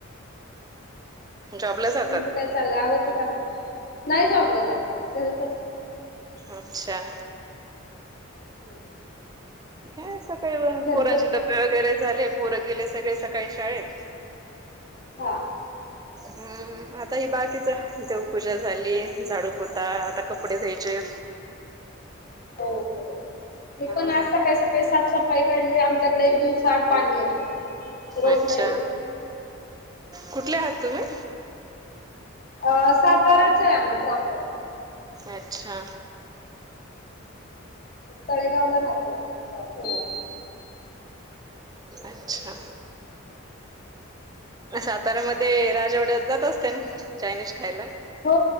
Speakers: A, on the right (about 20°); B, on the left (about 45°).
A: जॉबला जा
B: तुमचं काय चाललंय, आवरली कामं. नाही जॉबला जात घरीच असते.
A: अच्छा..
B: <inaudible>
A: काय सकाळी
B: घरचच
A: पोरांचे डब्बे वगैरे झाले, पोरं गेले सगळे स सकाळी शाळेत
B: हा
A: हं.. आता ही बाकीचं देवपूजा झाली, झाडू पोळ्या, आता कपडे धुवायचे.
B: हो हो
A: ह
B: मी पण आज सकाळी सकाळी साफसफाई काढली, आमच्याकडे एक दिव-साआड पाणी येतं. रोज
A: अच्छा,
B: नाही येत
A: कुठले आहात तुम्हीं?
B: अ साताराचे आहे आम्हीं प्रॉपर.
A: अच्छा.
B: तळेगावला राहतो पुण्यात.
A: अच्छा. साताऱ्यामध्ये राजवाड्यात जात असताय ना चायनीज खायला.
B: हो,